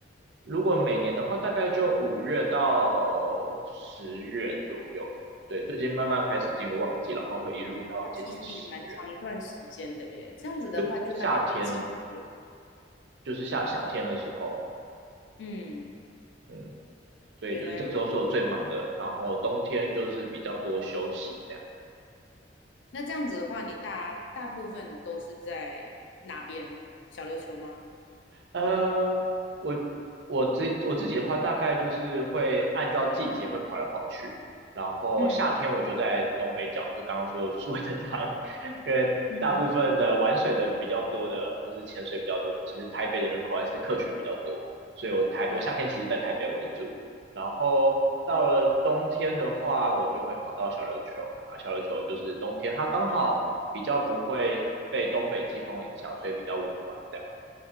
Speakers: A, on the right; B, on the left.
A: 如果每年的话，大概就五月到十月左右。对，最近慢慢开始进入旺季，然后会一路到接近十月，
B: 那其实也蛮长一段时间的耶。这样子的话，
A: 就夏天，
B: 就大概一季左右。
A: 就是夏夏天的时候。
B: 嗯，
A: 嗯，所以就是这个时候是我最忙的，
B: 原来如此。
A: 然后冬天就是比较多休息这样。
B: 那这样子的话，你大大部分都是在哪边？小琉球吗？
A: 呃，我我自我自己的话，大概就是会按照季节会跑来跑去，然后夏天我就在东北角，
B: 嗯
A: 就刚刚说就是味噌汤，<laughs> 因为大部分的玩水的比较多的，
B: 嗯嗯，
A: 或是潜水比较多的，其实台北的人口还是客群比较多，所以我台我夏天其实在台北为主，
B: 哦。
A: 然后到了冬天的话，我就会跑到小琉球，啊，小琉球就是冬天，它刚好比较不会被东北季风影响，所以比较温暖这样。